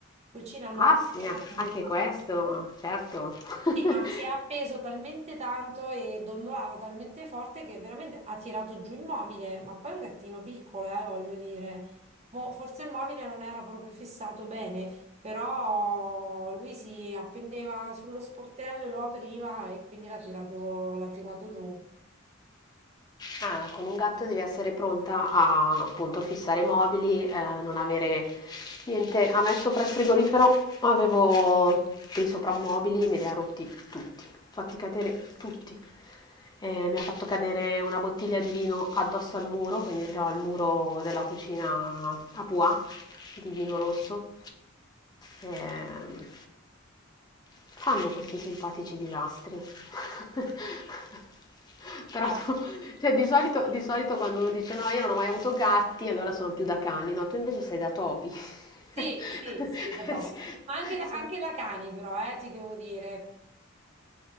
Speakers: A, on the right; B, on the left.
A: cucina nuova
B: Asnia,
A: appena comprata.
B: anche questo, certo. <laughs>
A: Sì, ma si è appeso talmente tanto e dondolava talmente forte che veramente ha tirato giù il mobile, ma poi è un gattino piccolo, eh, voglio dire. Mo, forse il mobile non era proprio fissato bene, però lui si appendeva sullo sportello e lo apriva e quindi l'ha tirato, l'ha tirato giù.
B: Ah, con un gatto devi essere pronta a appunto fissare i mobili, eh, non avere niente. A me sopra il frigorifero avevo dei soprammobili, me li ha rotti tutti, fatti cadere tutti. Eh, mi ha fatto cadere una bottiglia di vino addosso al muro, quindi ho il muro della cucina a Pua di vino rosso. Ehm, fanno questi simpatici disastri. <laughs> Però
A: Già,
B: tu- cioè, di solito, di solito quando uno dice no, io non ho mai avuto gatti, allora sono più da cani, no, tu invece sei da topi.
A: Sì,
B: <laughs>
A: sì, sì, da topi. Ma anche, anche
B: Sì,
A: da cani però, eh, ti devo dire.